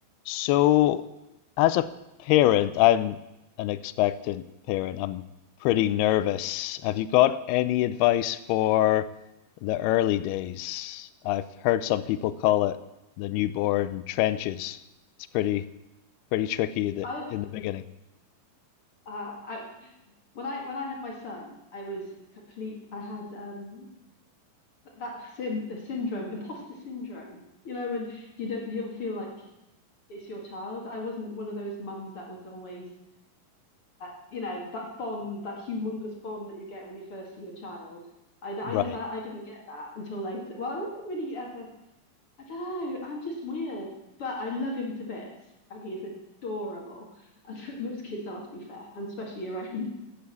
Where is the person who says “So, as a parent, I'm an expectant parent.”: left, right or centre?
Left